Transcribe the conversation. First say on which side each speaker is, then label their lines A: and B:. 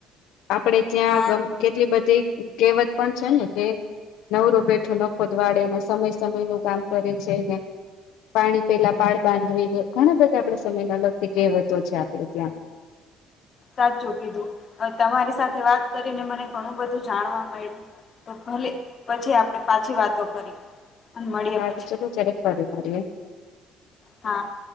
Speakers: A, on the left; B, on the left.
A: આપણે ત્યાં
B: હા
A: કેટલી બધી કહેવતો પણ છે ને કે નવરો બેઠો નખોદ વાળે અને સમયનું કામ સમયસર કરે છે ને પાણી પહેલાં પાળ બાંધવી, એવી ઘણી બધી આપણાં સમયને લગતી કહેવતો છે આપણે ત્યાં.
B: સાચું કીધું તમારી સાથે વાત કરીને મને ઘણું બધું જાણવા મળ્યું. તો ભલે, પછી આપણે પાછી વાતો કરીએ. અને પછી મળીએ
A: સારું ચલો ત્યારે ફરી મળીએ.
B: હા.